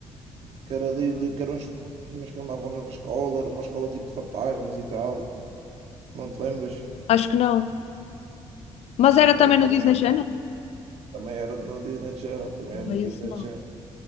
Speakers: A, on the right; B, on the left.
A: que era, de, de- que eram uns fantasmas que andavam na escola, era uma escola tipo de fantasmas e tal. Não te lembras?
B: Acho que não. Mas
A: Também,
B: era também
A: também,
B: no Disney Channel?
A: também era do Disney Channel, também
B: Não,
A: era do
B: é esse
A: Disney
B: não.
A: Channel.